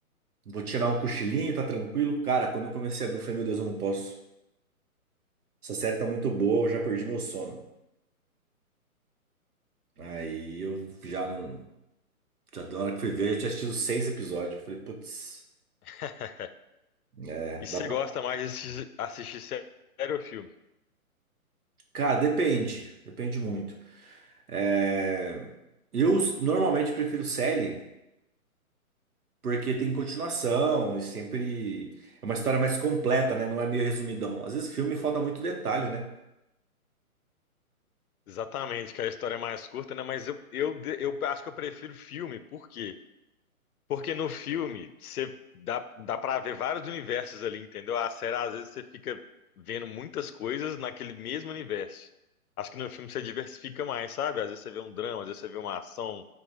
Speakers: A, on the right; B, on the left.
A: vou tirar um cochilinho, tá tranquilo. Cara, quando eu comecei a ver, eu falei, meu Deus, eu não posso. Essa série tá muito boa, eu já perdi meu sono. Aí eu já não. Já da hora que fui ver, eu tinha assistido seis episódios. Eu falei, putz,
B: <laughs>
A: é,
B: E
A: dá
B: você
A: pra.
B: gosta mais de assistir, assistir série ou filme?
A: Cara, depende, depende muito. É, eu s- normalmente prefiro série. Porque tem continuação e sempre é uma história mais completa, né? Não é meio resumidão. Às vezes filme falta muito detalhe, né?
B: Exatamente, que a história é mais curta, né? Mas eu, eu, eu acho que eu prefiro filme, porque Porque no filme, você dá, dá pra ver vários universos ali, entendeu? A série, às vezes, você fica vendo muitas coisas naquele mesmo universo. Acho que no filme você diversifica mais, sabe? Às vezes você vê um drama, às vezes você vê uma ação,